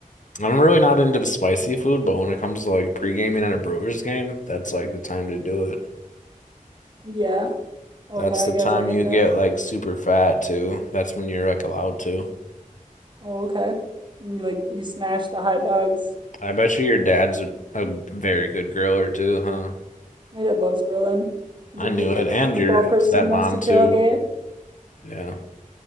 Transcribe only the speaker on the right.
Yeah. Okay,
I
guess
I get
that.
Oh, okay. And you like you smash the hot dogs.
My dad loves grilling. He's
a big
football
person,
loves to tailgate.